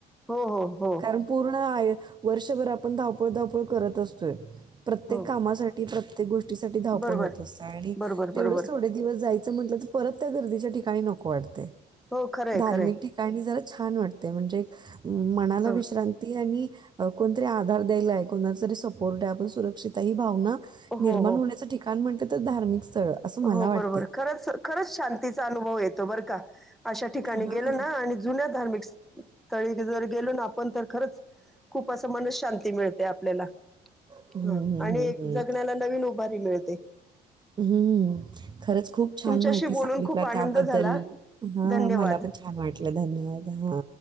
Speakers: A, in the centre; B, on the right.
A: हो हो हो
B: कारण. पूर्ण वर्षभर आपण धावपळ धावपळ करत असतोय प्रत्येक
A: हो
B: कामासाठी. प्रत्येक गोष्टीसाठी धावपळ
A: बरोबर
B: होत असत आणि
A: बरोबर
B: तेवढ
A: बरोबर
B: थोडे दिवसय. म्हट परत त्या गर्दीच्या ठिकाणी नको वाटते
A: हो खरं आहे
B: धार्मिक
A: खरं आहे
B: ठिका. जरा छान वाटते म्हणजे मनाला
A: हां
B: विश्रांती. ती आणि कोणतरी आधार द्यायला आहे कोणा तरी सपोर्ट आहे आपण सुरक्षित आहे ही भावना. निर्माण
A: हो हो
B: होण्याचं ठिकाण म्हणत तर धार्मिक स्थळ. असं मला
A: हो
B: वाटतंय.
A: बरोबर खरंच खरंच शांतीचा अनुभव येतो बरं का अशा ठिकाणी
B: हां.
A: गेल ना आणि जुन्या धार्मिक स्थळी जर गेलो ना आपण तर खरंच. खूप मन शांती मिळते आपल्याला
B: हं,
A: ह
B: हं,
A: आणि
B: हं, हं.
A: जगण्याला नवीन बरी मिळते.
B: हम्म खरंच खूप छान
A: तुमच्याशी
B: माहिती
A: बोलून
B: सांगितला
A: खूप आनंद
B: त्याबद्दल
A: झाला.
B: हा
A: धन्यवाद.
B: मला पण छान वाटलं धन्यवाद हा.